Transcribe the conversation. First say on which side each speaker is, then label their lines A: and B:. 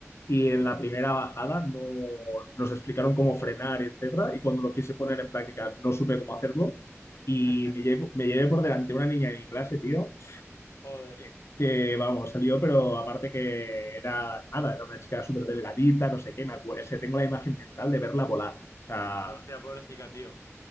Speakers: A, on the left; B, on the left.
A: y en la primera bajada no, nos explicaron cómo frenar, etcétera. Y cuando lo quise poner en práctica, no supe cómo hacerlo. Y
B: <laughs>
A: me llevo- me llevé por delante una niña de mi clase, tío,
B: Joder.
A: que, que, vamos, salió, pero aparte que era nada, era una chica súper delgadita, no sé qué, me acuerdo, se tengo la imagen mental de verla volar. O sea,
B: Hostia, pobrecita, tío.